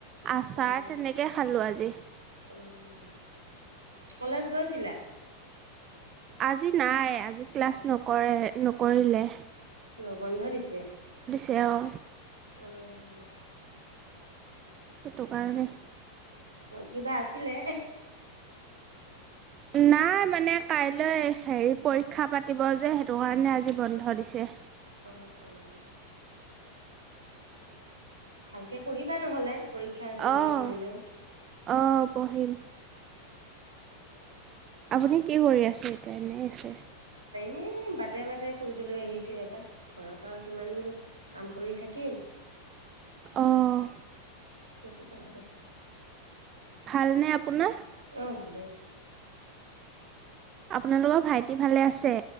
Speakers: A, on the right; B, on the right.
A: আচাৰ
B: উম
A: তেনেকে খালোঁ আজি
B: উম কলেজ গৈছিলা
A: আজি নাই আজি ক্লাছ নকৰে নকৰিলে
B: কিয় বন্ধ দিছে
A: তেওঁ
B: উম
A: সেইটো কাৰণে
B: কিবা আছিলে
A: নাই নাই মানে কাইলৈ হেৰি পৰীক্ষা পাতিব যে সেইটো কাৰণে আজি বন্ধ দিছে
B: উম উম ভালকে পঢ়িবা নহলে পৰীক্ষা আছে যদি
A: অঁ
B: কালিলৈ
A: অঁ পঢ়িম আপুনি কি কৰি আছে এতিয়া এনেই আছে
B: এই বাটে বাটে ফুৰিবলৈ আহিছোঁ এবাৰ ঘৰত আৰু কিমানো কাম কৰি থাকিম
A: অঁ
B: হেটো কাৰণে
A: ভালনে আপোনাৰ
B: অঁ ভালেই
A: আপোনালোকৰ ভাইটি ভালে আছে